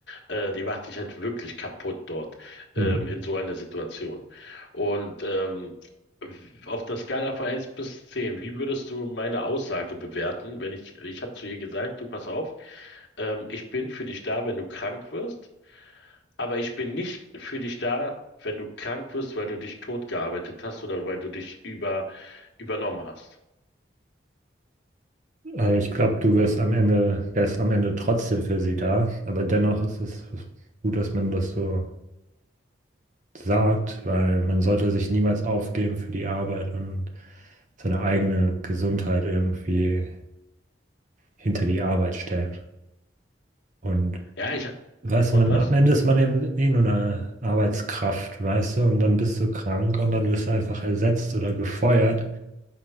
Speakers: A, on the left (about 80°); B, on the right (about 40°).
A: Äh, die macht sich halt wirklich kaputt dort, ähm,
B: Mhm.
A: in so einer Situation. Und ähm, auf einer Skala von eins bis 10, wie würdest du meine Aussage bewerten, wenn ich, ich habe zu ihr gesagt, du pass auf, ähm, ich bin für dich da, wenn du krank wirst. Aber ich bin nicht für dich da, wenn du krank wirst, weil du dich totgearbeitet hast oder weil du dich über, übernommen hast.
B: Äh, ich glaube, du wirst am Ende, wärst am Ende trotzdem für sie da. Aber dennoch ist es gut, dass man das so sagt, weil man sollte sich niemals aufgeben für die Arbeit und seine eigene Gesundheit irgendwie hinter die Arbeit stellen. Und
A: Ja, ich,
B: weiß
A: und
B: man,
A: was?
B: am Ende ist man eben eh nur eine Arbeitskraft, weißt du, und dann bist du krank und dann wirst du einfach ersetzt oder gefeuert.